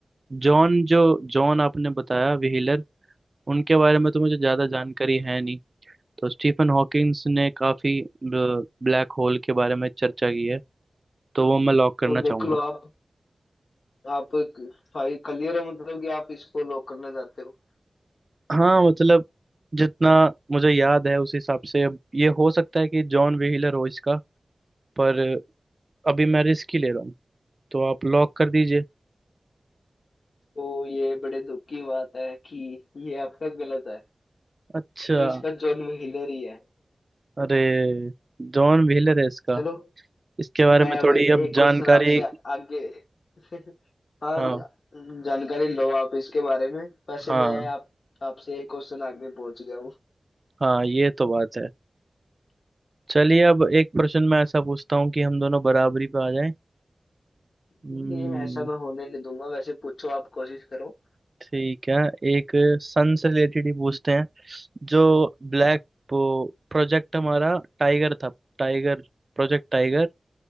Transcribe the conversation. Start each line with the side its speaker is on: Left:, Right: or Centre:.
Right: जॉन जो जॉन आपने बताया व्हीलर उनके बारे में तो मुझे ज़्यादा जानकारी है नहीं तो स्टीफन हॉकिंस ने काफ़ी ब्लैक होल के बारे में चर्चा की है तो वो मैं लॉक करना
Left: तो
Right: चाहूंगा
Left: देख लो आप आप भाई क्लियर है मतलब कि आप इसको लॉक करना चाहते हो
Right: हाँ मतलब जितना मुझे याद है उस हिसाब से अब ये हो सकता है कि जॉन व्हीलर हो इसका पर अभी मैं रिस्क ही ले रहा हूँ तो आप लॉक कर दीजिए
Left: तो ये बड़े दुख की बात है कि ये आपका गलत है
Right: अच्छा
Left: तो इसका जॉन व्हीलर ही है
Right: अरे जॉन व्हीलर है इसका
Left: चलो
Right: इसके बारे
Left: मैं
Right: में
Left: अब
Right: थोड़ी
Left: एक
Right: अब
Left: क्वेश्चन
Right: जानकारी
Left: आपसे आगे <laughs> हाँ
Right: हाँ
Left: जानकारी लो आप इसके बारे में वैसे
Right: हाँ
Left: मैं आप आपसे एक क्वेश्चन आगे पहुंच गया
Right: हाँ ये तो बात है चलिए अब एक प्रश्न मैं ऐसा पूछता हूँ कि हम दोनों बराबरी पे आ जाएं हम्म,
Left: नहीं ऐसा मैं होने नहीं दूंगा वैसे पूछो आप कोशिश करो
Right: ठीक है एक सन से रिलेटेड ही पूछते हैं जो ब्लैक वो प्रोजेक्ट हमारा टाइगर था टाइगर प्रोजेक्ट टाइगर